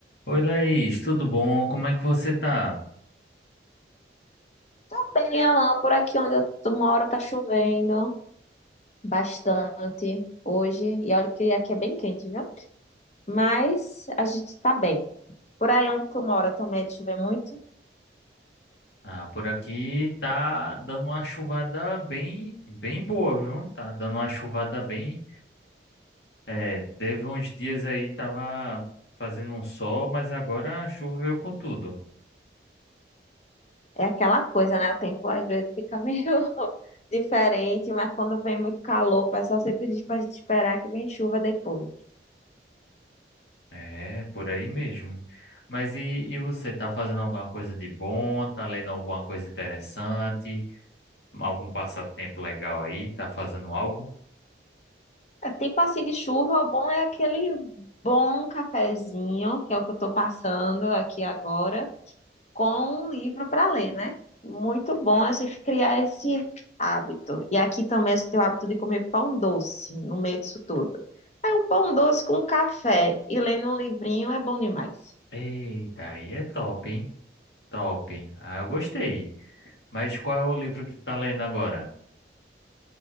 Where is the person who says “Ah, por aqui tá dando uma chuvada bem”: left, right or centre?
Left